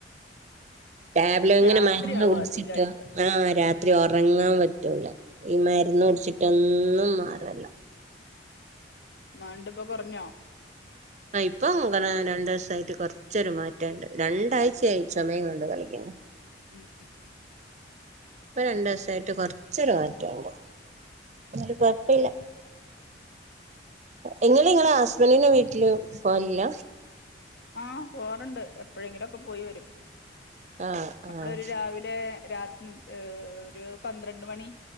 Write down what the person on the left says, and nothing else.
രാത്രിയാവും
അധികായിട്ട്
ഉം
മാണ്ട്പ്പൊ കുറഞ്ഞോ
ഉം <inaudible>
ആഹ് പോകറുണ്ട് എപ്പോഴെങ്കിലും ഒക്കെ പോയി വരും
അപ്പളൊരു
രാവിലെ രാത്രി ഏ ഒരു പന്ത്രണ്ട് മണി